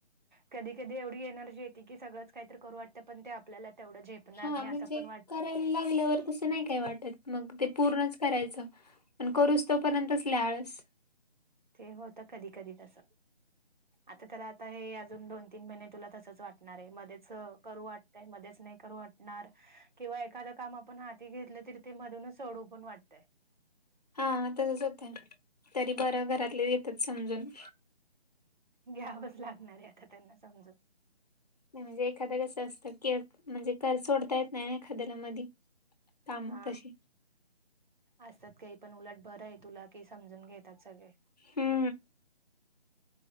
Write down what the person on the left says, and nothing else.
हा
म्हणजे
करायला लागल्यावर तसं नाही. काय वाटत मग ते पूर्णच करायचं. पण करूस तो पर्यंतच लय आळस.
हा हा, तसंच होतंय, तरी बरं घरातले घेतात समजून.
नाही म्हणजे एखादं कसं असतं की म्हणजे कर सोडता येत नाही ना एखाद्याला मधी. काम
तशी
हम्